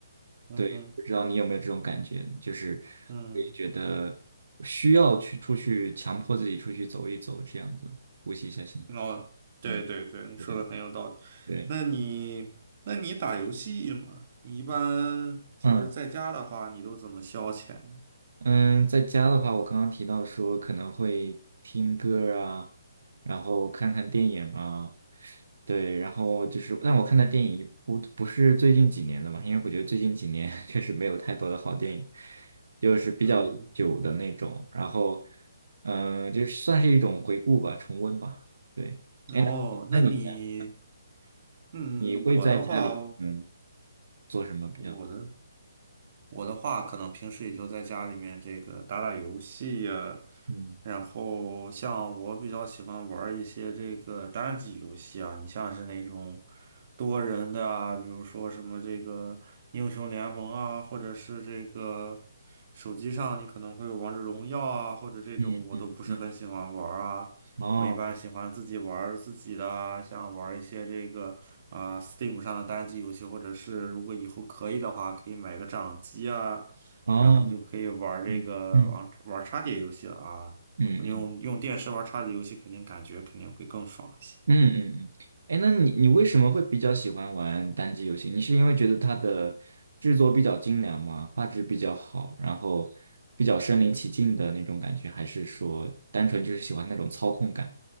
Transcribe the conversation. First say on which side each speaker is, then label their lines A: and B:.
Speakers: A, on the right; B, on the right.
A: 嗯哼，
B: 对，不知道你有没有这种感觉，就是
A: 嗯，
B: 会觉得需要去出去，强迫自己出去走一走，这样子呼吸一下新鲜空气。
A: 哦，对对对，
B: 嗯，
A: 你说的很有道理。
B: 对对对，
A: 那你，那你打游戏吗？你一般就是在家的话，
B: 嗯。
A: 你都怎么消遣？
B: 嗯，在家的话，我刚刚提到说可能会听歌儿啊，然后看看电影啊，对，然后就是，但我看的电影不不是最近几年的嘛，因为我觉得最近几年 <laughs> 确实没有太多的好电影，就是比较久的那种，
A: 嗯哼，
B: 然后，嗯，就算是一种回顾吧，重温吧，对。哎，
A: 哦，
B: 那你那你呢
A: 那你嗯，
B: 你会在家里嗯
A: 我的话，
B: 做什么比较？
A: 我的我的话，可能平时也就在家里面这个打打游戏呀、
B: 嗯
A: 然后像我比较喜欢玩儿一些这个单机游戏啊，你像是那种多人的啊，比如说什么这个英雄联盟啊，或者是这个手机上你可能会有王者荣耀啊，或者这种我都不是很喜欢玩儿啊。
B: 嗯嗯嗯，哦
A: 我一般喜欢自己玩儿自己的，像玩儿一些这个啊、Steam 上的单机游戏，或者是如果以后可以的话，可以买个掌机啊，
B: 哦，
A: 然后就可以玩儿这个玩玩儿插碟游戏了啊。
B: 嗯嗯嗯嗯。
A: 用用电视玩儿插碟游戏，肯定感觉肯定会更爽一些。
B: 嗯嗯嗯，哎，那你你为什么会比较喜欢玩单机游戏？你是因为觉得它的制作比较精良吗？画质比较好，然后比较身临其境的那种感觉，还是说单纯就是喜欢那种操控感？